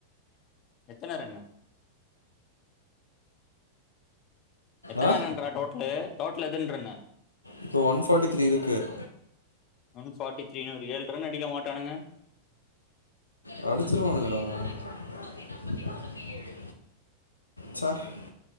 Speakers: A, on the left (about 35°); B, on the left (about 85°).
A: எத்தன ரன்னு எத்தன
B: ஆ
A: ரன் ரா டோட்டலு டோட்டலா எத்தன ரன்னு
B: இப்ப ஒன் பர்ட்டி திரீ இருக்கு <inaudible>
A: ஒன் ஃபார்ட்டி த்ரீன்னு ஒரு ஏழு ரன் அடிக்க மாட்டானுங்க
B: முடிவுக்கு வருது <inaudible> ஆறு பந்துகளுல பதினெட்டு ரன்கள் <inaudible> அடிச்சிருவானுக கடா <inaudible> தொண்ணுத்தி மூணுக்கு ஏழு <inaudible> சார் <inaudible>